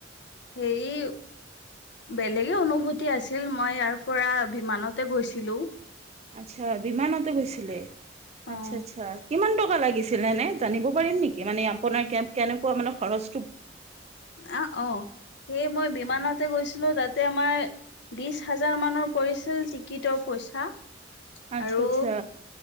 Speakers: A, on the left (about 65°); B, on the right (about 35°).
A: হেৰি বেলেগে অনুভূতি আছিল মই ইয়াৰ পৰা বিমানতে গৈছিলো।
B: আচ্ছা বিমানতে গৈছিলে,
A: অ',
B: আচ্ছা-আচ্ছা। কিমান টকা লাগিছিলে এনে? জানিব পাৰিম নেকি মানে আপোনাৰ কেনেকুৱা মানে খৰচ
A: আহ, অ', সেই মই বিমানতে গৈছিলো তাতে আমাৰ বিশ হাজাৰ মানৰ পৰিছিল টিকিটৰ পইচা।
B: আচ্ছা
A: আৰু
B: আচ্ছা